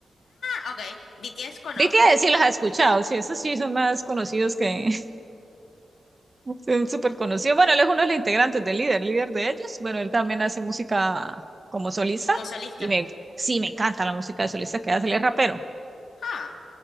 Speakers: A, on the left; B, on the right.
A: Ah, ok, BTS conozco
B: BTS sí los has escuchado, sí, esos sí son más conocidos que, Es súper conocido. Bueno, él es uno de los integrantes del líder, el líder de ellos. Bueno, él también hace música como solista
A: como solista.
B: y me, sí, me encanta la música de solista que hace, él es rapero.
A: Ah,